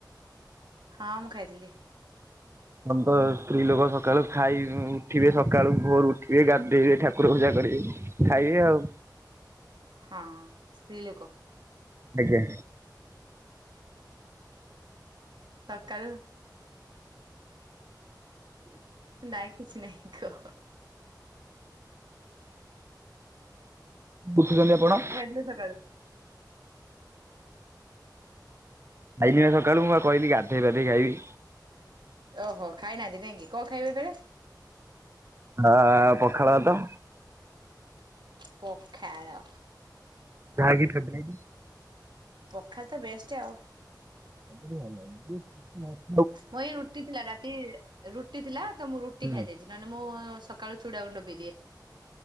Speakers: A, on the right (about 80°); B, on the right (about 35°).
A: ହଁ ମୁଁ ଖାଇଥିଲି।
B: ତ ସ୍ତ୍ରୀ ଲୋକ ସକାଳୁ ଖାଇ ଉଠିବେ ସକାଳୁ ଭୋରୁ ଉଠିବେ ଗାଧେଇବେ ଠାକୁର ପୂଜା କରିବେ। ଖାଇବି ଆଉ।
A: ହଁ ସ୍ତ୍ରୀ ଲୋକ
B: ଆଜ୍ଞା
A: ସକାଳୁ ନାଇଁ କିଛି ନାଇଁ କହ
B: ଉଠୁଛନ୍ତି ଆପଣ
A: ବଡି ସକାଳୁ।
B: ଖାଇନି ବା ସକାଳୁ ମୁଁ କ କହିଲି ଗାଧେଇ ପାାଧେଇ ଖାଇବି।
A: ଓହୋ ଖାଇନାହାନ୍ତି କାଇହିଁକି କଣ ଖାଇବେ ଏବେ?
B: ଏ ପଖାଳ ଭାତ।
A: ପଖାଳ
B: ଯାହାକି ଫେବରାଇଟ
A: ପଖାଳ ତ ବେଷ୍ଟ। ଆଉ
B: ସବୁଠୁ ଭଲ ବେଶ୍ କିଛି
A: ମୋ ଏଇ ରୁଟି ଥିଲା ରାତି ରୁଟି ଥିଲା ତ ମୁଁ ରୁଟି
B: ହୁଁ
A: ଖାଇଦେଇଛି। ନହେଲେ ମୁଁ ସକାଳୁ ଚୁଡ଼ା ଗୁଣ୍ଡ ପିଇଦିଏ।